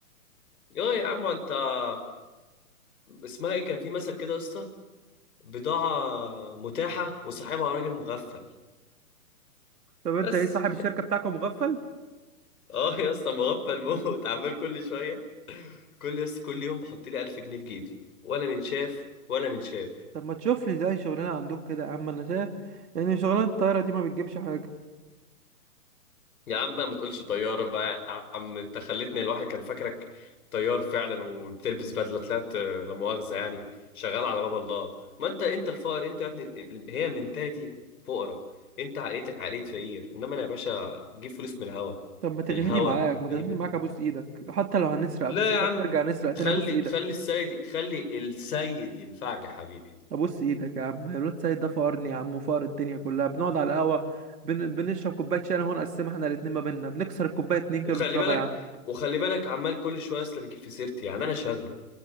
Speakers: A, on the left; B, on the right.
A: يا يا عم انت آه، اسمها ايه كان في مثل كده يا اسطى بضاعة متاحة وصاحبها راجل مغفل
B: طب انت
A: بس
B: ايه صاحب الشركه بتاعكم مغفل
A: <laughs> اه يا اسطى مغفل موت <laughs> عمال كل شوية كل يس كل يوم بحط لي 1000 جنيه في جيبي ولا من شاف ولا من شاف
B: طب ما تشوف لي زي شغلنا عندك كده يا عم انا شايف يعني شغلانه الطياره دي ما بتجيبش حاجه
A: يا عم بقى ما تقولش طيارة بقى يا عم انت خلتني الواحد كان فاكرك طيار فعلا وبتلبس بدلة طلعت آه، لا مؤاخذة يعني شغال على باب الله ما انت انت الفقر انت يا ابني ال- هي منتاليتي فقرة انت عائلتك عائلة فقير انما انا يا باشا جيب فلوس من الهوا
B: طب ما تغنيني
A: الهوا
B: معاك ما تغنيني
A: هجيب
B: معاك ابوس ايدك حتى لو هنسرق
A: لا
B: ابوس ايدك
A: يا عم
B: نرجع نسرق تاني
A: خلي
B: ابوس ايدك
A: خلي السيد خلي السيد ينفعك يا حبيبي
B: ابوس ايدك يا عم الواد سيد ده فقرني يا عم وفقر الدنيا كلها بنقعد على القهوه بن... بنشرب كوبايه شاي انا هو نقسمها احنا الاتنين ما بينا بنكسر الكوبايه اتنين كده
A: وخلي
B: ونشربها
A: بالك
B: يا عم
A: وخلي بالك عمال كل شويه اصل بيجيب في سيرتي يعني انا شغله